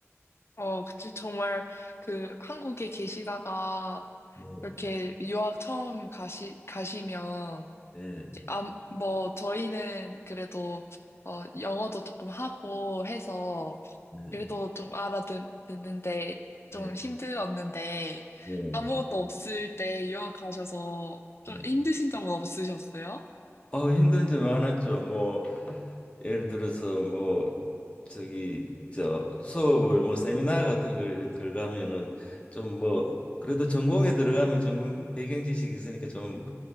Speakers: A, on the left; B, on the left.
A: 어, 그치. 정말 그 한국에 계시다가
B: 네,
A: 이렇게 유학 처음 가시, 가시면
B: 네,
A: 아, 뭐, 저희는 그래도, 어, 영어도 조금 하고 해서,
B: 네,
A: 그래도 좀 알아듣는데,
B: 네,
A: 좀 힘들었는데,
B: 네,
A: 아무것도 없을 때 유학 가셔서
B: 네.
A: 좀 힘드신 점은 없으셨어요?
B: 아, 힘든 점 많았죠. 뭐 예를 들어서 뭐 저기 저 수업을 뭐 세미나 같은 걸 들어가면은 좀 뭐 그래도 전공에 들어가면 전공 배경 지식이 있으니까 좀